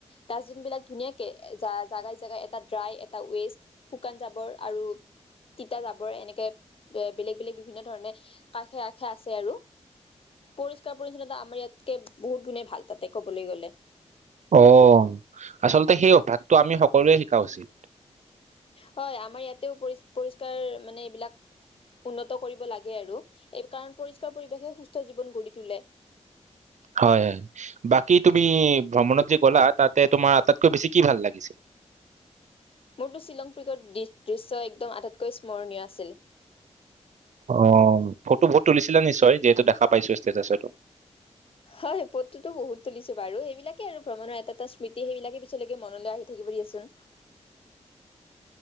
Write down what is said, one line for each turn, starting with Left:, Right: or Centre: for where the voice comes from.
Left: ডাষ্টবিন বিলাক ধুনীয়াকে জাগাই জাগাই এটা ড্ৰাই এটা ৱেষ্ট শুকান জাবৰ আৰু তিতা জাবৰ এনেকে বেলেগ বেলেগ বিভিন্ন ধৰণে কাষে আষে আছে আৰু পৰিসকাৰ পৰিছন্নতা আমাৰ ইয়াতকে বহুত গুণে ভাল তাতে কবলৈ গলে
Right: অ আচলতে সেই অভ্যাসটো আমি সকলোৱে শিকা উচিত
Left: হয় আমাৰ ইয়াতেও পৰি পৰিষ্কাৰ মানে এইবিলাক উন্নত কৰিব লাগে আৰু এই কাৰণ পৰিষ্কাৰ পৰিৱেশে সুস্থ জীৱন গঢ়ি তোলে
Right: হয় হয় বাকী তুমি ভ্ৰমণত যে গ'লা তাতে তোমাৰ আটাইতকৈ বেছি কি ভাল লাগিছে
Left: মোৰতো শ্বিলং পিকৰ দৃশ্য একদম আটাইতকৈ স্মৰণীয় আছিল
Right: অ ফটো বহুত তুলিছিলে নিশ্চয় যিহেতু দেখা পাইছো ষ্টেতাছতো
Left: হয় পদটোতো বহুত তুলিছো বাৰু সেইবিলাকে আৰু ভ্ৰমণৰ এটা এটা স্মৃতি সেইবিলাকে পিছলৈকে মনলৈ আহি থাকিব দিয়াচোন